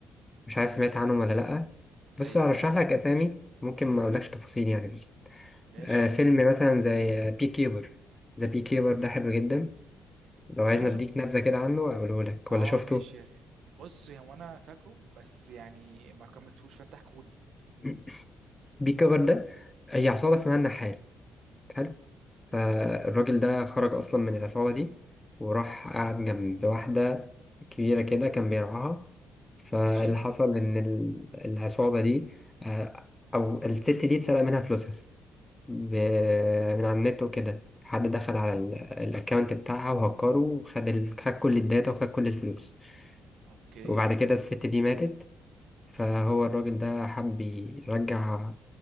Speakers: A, on the left (about 15°); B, on the right (about 70°).
A: مش عارف سمعت عنهم ولا لأ
B: زي
A: بص
B: ايه
A: هرشح
B: مثلا
A: لك أسامي ممكن ما أقولكش تفاصيل يعني بس
B: ماشي
A: آه فيلم مثلا زي بي كيبر ذا بي كيبر ده حلو جدا لو عايز
B: انا
A: نديك
B: شفت
A: نبذة كده عنه أقوله لك
B: اه
A: ولا شفته
B: ماشي يا ريت. بص يا هو انا فاكره بس يعني ما كملتهوش فانت احكولي
A: <clears throat> بي كيبر ده هي عصابة اسمها النحال حلو فالراجل ده خرج أصلا من العصابة دي وراح قعد جنب واحدة كبيرة كده كان بيرعاها فاللي
B: ماشي
A: حصل إن ال- العصابة دي آه، أو الست دي اتسرق منها فلوسها ب- من على النت وكده حد دخل على الاكونت بتاعها وهكره وخد ال... خد كل الداتا وخد كل الفلوس
B: اوكي
A: وبعد كده الست دي ماتت فهو الراجل ده حب يرجع